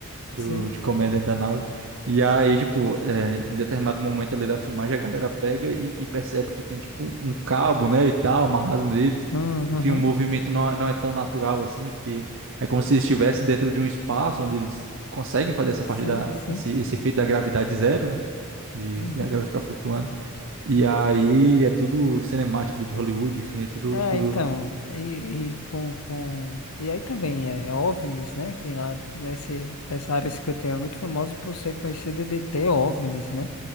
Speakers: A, on the right; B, on the left.
A: do,
B: Sim.
A: de comer dentro da nave. E aí, tipo, é, em determinado momento ali da filmagem, a galera pega e, e percebe que tem, tipo, um um cabo, né, e tal, amarrado neles.
B: Hum,
A: Enfim,
B: Uhum,
A: o movimento não, é- não é tão natural assim, que é como se eles estivessem dentro de um espaço onde eles conseguem fazer essa parte
B: Sim,
A: da,
B: sim.
A: esse, esse efeito da gravidade zero, né, de,
B: Uhum.
A: de a galera ficar flutuando. E aí é tudo cinemático de Hollywood, enfim, é tudo,
B: É,
A: tudo...
B: então, e, e com, com... E aí também é OVNIs, né? Que tem lá nesse, essa área 51 é muito famosa por ser conhecida de ter OVNIs, né?